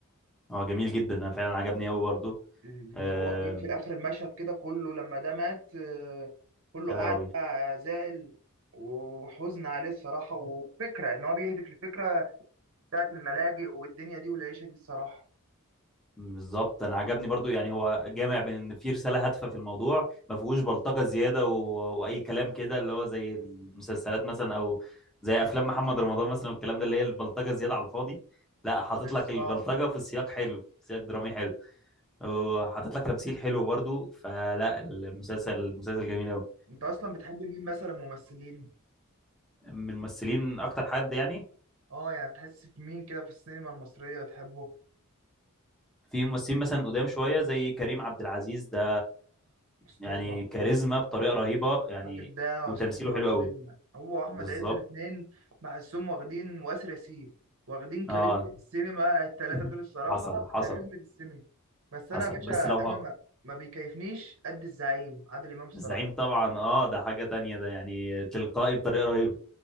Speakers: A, in the centre; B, on the right (about 60°).
A: اه جميل جدا انا فعلا عجبني قوي برضو
B: اللي
A: آم،
B: هو جيت في الاخر المشهد كده كله لما ده مات آه، كله
A: يا
B: قاعد
A: لهوي
B: بقى زعل وحزن عليه الصراحه وفكره ان هو بيهدف لفكره بتاعت الملاجئ والدنيا دي والعيشه دي الصراحه
A: بالظبط انا عجبني برضو يعني هو جامع بين ان في رساله هادفه في الموضوع ما فيهوش بلطجه زياده و... واي كلام كده اللي هو زي المسلسلات مثلا او زي افلام محمد رمضان مثلا والكلام ده اللي هي البلطجه زياده على الفاضي لا حاطط
B: بالظبط
A: لك البلطجه في سياق حلو سياق درامي حلو وحاطط لك تمثيل حلو برضو فلا المسلسل المسلسل جميل قوي
B: انت اصلا بتحب مين مثلا ممثلين
A: من الممثلين اكتر حد يعني
B: اه يعني بتحس في مين كده في السينما المصريه بتحبه
A: في ممثلين مثلا قدام شويه زي كريم عبد العزيز ده
B: اسطوره
A: يعني كاريزما بطريقه رهيبه يعني
B: الراجل ده
A: وتمثيله
B: اسطوره
A: حلو
B: كاريزما
A: قوي
B: هو واحمد
A: بالظبط
B: عز الاثنين بحسهم واخدين واسر ياسين واخدين كاريزما
A: اه
B: السينما الثلاثه
A: <laughs>
B: دول الصراحه
A: حصل حصل
B: كاريزما السينما بس انا
A: حصل
B: يا باشا
A: بس لو
B: انا
A: هق
B: ما, ما بيكيفنيش قد الزعيم عادل امام الصراحه
A: الزعيم طبعا اه ده حاجه تانية ده يعني تلقائي بطريقه رهيبه